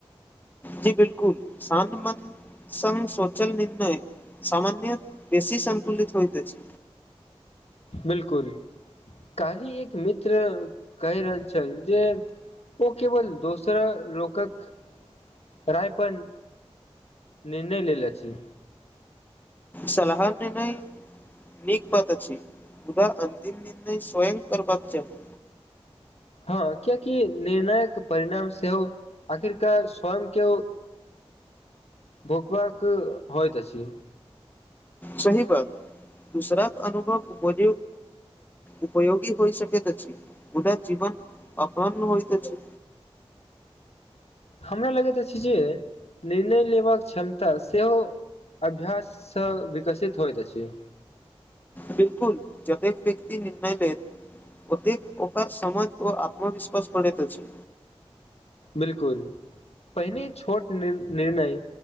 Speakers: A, on the left; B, on the left.
A: जी बिलकुल शान्त मन संग सोचल निर्णय सामान्यक बेसी संतुलित होइत अछि।
B: बिलकुल, काल्हि एक मित्र कहि रहल छल जे ओ केवल दोसर लोकक राय पर निर्णय लेल अछि।
A: सलाह केनाइ नीक बात अछि मुदा अन्तिम निर्णय स्वयं करबाक चाही।
B: हँ कियाकि निर्णायक परिणाम सेहो आखिरकार स्वयं के भोगबाक होयत अछि।
A: सही बात। दोसराक अनुभव उपज उपयोगी होइ सकैत अछि, मुदा जीवन अपन होइत अछि।
B: हमरा लगैत अछि जे निर्णय लेबाक क्षमता सेहो अभ्याससँ विकसित होइत अछि।
A: बिल्कुल जतेक व्यक्ति निर्णय लेत ओतेक ओकर समझ ओ आत्मविश्वास बढ़ैत अछि।
B: बिलकुल। पहिने छोट निर्णय,